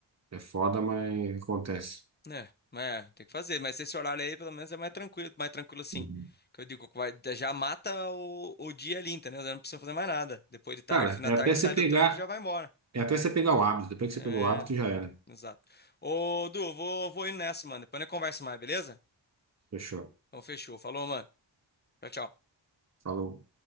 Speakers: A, on the right; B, on the left.
A: é foda, mas acontece.
B: É, mas é, tem que fazer. Mas esse horário aí, pelo menos, é mais tranquilo, mais tranquilo assim.
A: Uhum.
B: Que eu digo, que vai, já mata o, o dia ali, entendeu? Já não precisa fazer mais nada. Depois de tarde,
A: Cara,
B: fim da
A: é
B: tarde,
A: até você
B: sai
A: pegar,
B: do trampo e já vai embora.
A: é até você pegar o hábito. Depois que
B: É,
A: você pegou o hábito, já era.
B: exato. Ô, Du, vou, vou indo nessa, mano. Depois a gente conversa mais, beleza?
A: Fechou.
B: Então fechou. Falou, mano. Tchau, tchau.
A: Falou.